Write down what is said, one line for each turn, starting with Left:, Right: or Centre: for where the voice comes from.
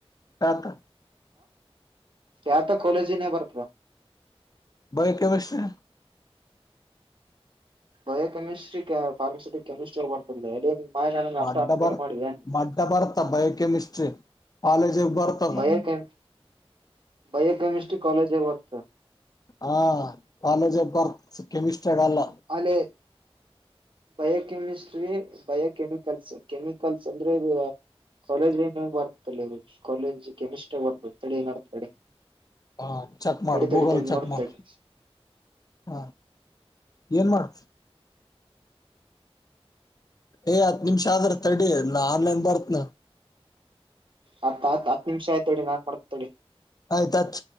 Left: ಎತ
Right: ಖ್ಯಾತ ಕಾಲೇಜಿನ್ಯಾಗ ಬರ್ತದ
Left: by chemistry
Right: bio chemistry pharmaceutic chemistry ಮಾಯ ನನಗೆ
Left: ಮಡ್ಡ
Right: ಅಷ್ಟ ಅನ್ಫೋರ್ಡ್
Left: ಬರ್
Right: ಮಾಡಿದೆ
Left: ಮಡ್ಡ ಬರ್ತ ಬಯೋಕೆಮಿಸ್ಟ್ರಿ ಕಾಲೇಜಿಗೆ ಬರ್ತದ
Right: ಬಯೋಕಮ ಬಯೋಕಮಿಸಟ್ರಿ ಕಾಲೇಜ ವರ್ತ
Left: ಹಾ ಕಾಲೇಜ್ ಬರ್ತ್ ಕೆಮಿಸ್ಟ್ರಗಲ್ಲ
Right: ಅಲ್ಲೇ ಬಯೋಕೆಮಿಸ್ಟ್ರಿ ಬಯೋಕೆಮಿಕಲ್ಸ್ ಕೆಮಿಕಲ್ಸ್ ಅಂದ್ರೆ ಇದು ಕಾಲೇಜ್ ಬರ್ತಲ್ಲದು ಕಾಲೇಜ್ ಕೆಮಿಸ್ಟ್ರಿ ಅವಾರ್ಡ್ ಬರುತ್ ತಡಿ <unintelligible>
Left: ಹಾ ಚೆಕ್ ಮಾಡು
Right: ತಡಿ ತಡಿ
Left: ಗೂಗಲ್
Right: ತಡಿ
Left: ಚೆಕ್
Right: ನೋಡ್
Left: ಮಾಡು
Right: ತಡಿ
Left: ಹಾ ಏನ್ ಮಾಡತ್ ಏ್ ಹತ್ ನಿಮಿಷ ಆದ್ರ ತಡಿ ನಾನ್ ಆನ್ಲೈನ್ ಬರ್ತ್ನಾ
Right: ಹತ್ತ್ ಹತ್ ನಿಮಿಷ ಆಯ್ತಡಿ ನಾನ್ ಮಾಡ್ತೇನೀ ತಡಿ
Left: ಆಯತ ಹಚ್ಚ